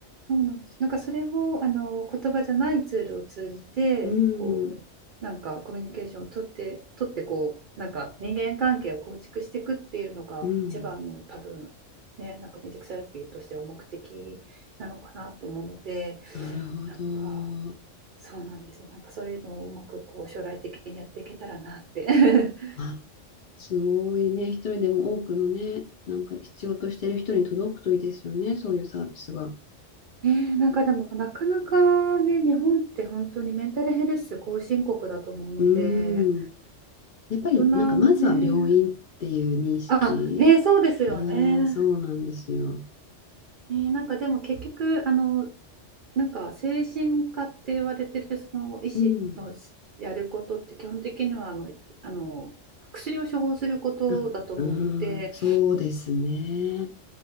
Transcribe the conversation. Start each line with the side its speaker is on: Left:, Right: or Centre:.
Right: そうなんですなんかそれをあの言葉じゃないツールを通じてこうなんかコミュニケーションを取って取ってこうなんか人間関係を構築していくっていうのが一番の多分ねなんかミュージックセラピーとしては目的なのかなと思うので
Left: うん、うん。なるほど。
Right: なんかそうなんですよ。なんかそういうのをうまくこう将来的にやっていけたらなって <laughs>
Left: あーすごいね。一人でも多くのね、なんか必要としてる人に届くといいですよね。そういうサービスが。
Right: ねえ、なんかでもなかなかね、日本って本当にメンタルヘルス後進国だと思うので、
Left: うーん。やっぱりなんかまずは病院っていう認識。
Right: 大人もね、あ、ね、そうですよね。
Left: うーん、そうなんですよ。
Right: ね、なんかでも結局、あの、なんか精神科って言われてるその医師のやることって基本的にはあの、
Left: うん。
Right: あの薬を処方することだと思うので、
Left: あ、うーん、そうですね。